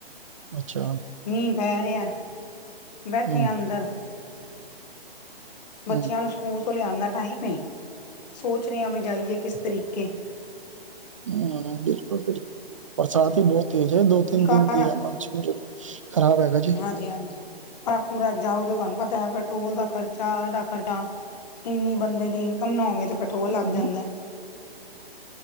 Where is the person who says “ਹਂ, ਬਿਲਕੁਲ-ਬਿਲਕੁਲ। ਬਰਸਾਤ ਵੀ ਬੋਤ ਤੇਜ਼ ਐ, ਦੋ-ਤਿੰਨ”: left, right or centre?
Right